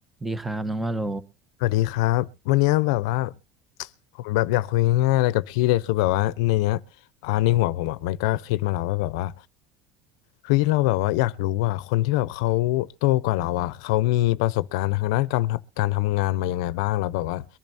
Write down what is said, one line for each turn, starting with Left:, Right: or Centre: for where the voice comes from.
Centre: ดีครับน้องว่าโล
Left: สวัสดีครับวันเนี้ยแบบว่าผมแบบอยากคุยง่ายๆอะไรกับพี่เลยคือแบบว่าในเนี้ยอ่าในหัวผมอ่ะมันก็คิดมาแล้วว่าแบบว่าเฮ้ยเราแบบว่าอยากรู้อ่ะคนที่แบบเขาโตกว่าเราอ่ะเขามีประสบการณ์ทางด้านการการทำงานมายังไงบ้างแล้วแบบว่า